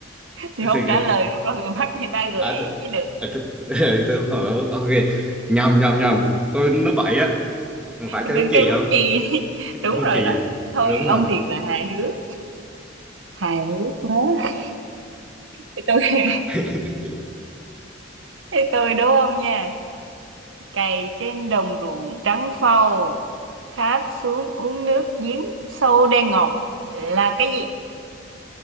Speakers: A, on the right; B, in the centre.
A: thì
B: <laughs>
A: không
B: thì
A: trả lời đúng rồi mà mắt người ta gợi
B: à,
A: ý
B: th-
A: chứ
B: à,
A: được
B: à, th- <laughs> tôi bảo, ok nhầm nhầm nhầm tôi nói bậy á mình phải
A: đừng
B: cây bút chì
A: cây bút
B: không
A: chì đi <laughs>
B: bút
A: đúng rồi
B: chì
A: đó
B: à
A: thôi
B: đúng rồi
A: ông thiệt là hài hước hài hước quá Thế tôi <laughs>
B: <laughs>
A: thế tôi đúng không nha cày trên đồng ruộng trắng phau khát xuống uống nước giếng sâu đen ngòm là cái gì